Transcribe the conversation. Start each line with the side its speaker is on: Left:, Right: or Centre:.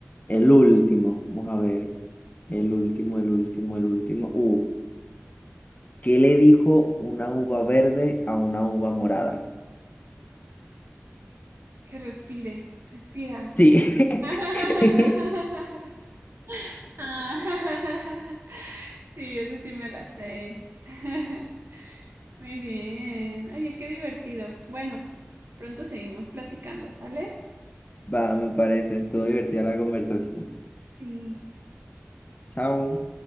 Left: el último. Vamos a ver. El último, el último, el último. Uf. ¿Qué le dijo una uva verde a una uva morada?
Right: que respire, respira.
Left: Sí.
Right: <laughs>
Left: <laughs>
Right: Ah, <laughs> sí, eso sí me la sé. <laughs> Muy bien. Oye, qué divertido. Bueno, pronto seguimos platicando, ¿sale?
Left: Va, me parece. Estuvo divertida la conversación.
Right: Sí.
Left: Chao.